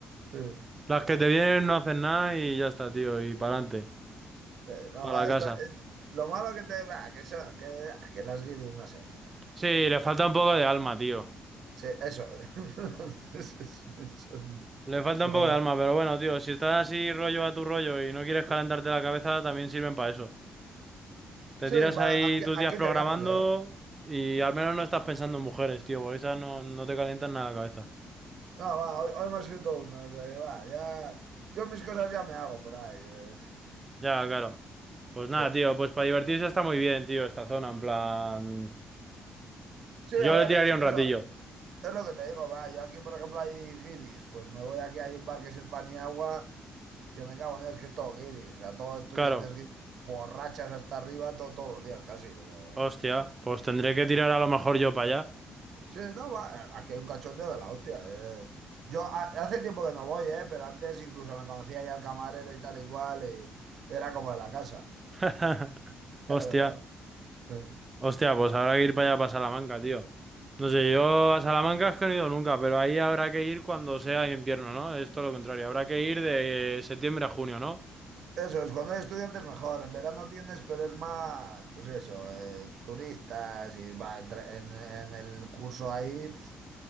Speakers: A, on the right; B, on the right.
A: Sí.
B: Las
A: Ah,
B: que te vienen no hacen nada y ya está, tío, y para adelante,
A: sí, no,
B: para
A: va,
B: la casa.
A: esta- es- lo malo que te va, que son, que, ah, que las guiris, no sé, nada.
B: Sí, le falta un poco de alma, tío.
A: Sí, eso. <laughs> Sí, sí, sí, Son-
B: Le falta
A: no.
B: un poco de alma, pero bueno, tío, si estás así rollo a tu rollo y no quieres calentarte la cabeza, también sirven para eso. Te
A: Sí,
B: tiras ahí
A: va, aquí,
B: tus días
A: aquí
B: programando
A: tenemos, ¿eh?
B: y al menos no estás pensando en mujeres, tío, porque esas no, no te calientan nada la cabeza.
A: No, va, hoy, hoy me he escrito uno, o sea que va, ya. Yo mis cosas ya me hago por ahí. eh.
B: Ya, claro. Pues
A: Sí.
B: nada, tío, pues para divertirse está muy bien, tío, esta zona, en plan...
A: Sí, a
B: Yo
A: ver,
B: le tiraría
A: es-
B: un
A: eso,
B: ratillo.
A: Es lo que te digo, va, yo aquí, por ejemplo, hay guiris, pues me voy aquí, hay un bar que es el pan y agua, que me cago en Dios, que es todo guiris, o sea, todos estudiantes
B: Claro.
A: guiris, borrachas hasta arriba to- todos los días, casi. eh,
B: Hostia,
A: pf,
B: pues tendré
A: sí.
B: que tirar a lo mejor yo para
A: Sí, no, va, eh, aquí hay un cachondeo de la hostia. es- Yo ha- hace tiempo que no voy, eh, pero antes incluso me conocía ya el camarero y tal y cual, y era como de la casa.
B: allá. <laughs>
A: <laughs> Claro,
B: Hostia,
A: ¿verdad?
B: hostia, pues habrá que ir para allá, para Salamanca, tío. No sé, yo a Salamanca es que no he ido nunca, pero ahí habrá que ir cuando sea invierno, ¿no? Es todo lo contrario, habrá que ir de septiembre a junio, ¿no?
A: Eso es, cuando hay estudiantes mejor, en verano tienes, pero es más, pues eso, eh, turistas y va, entre- en, en el curso ahí, pf,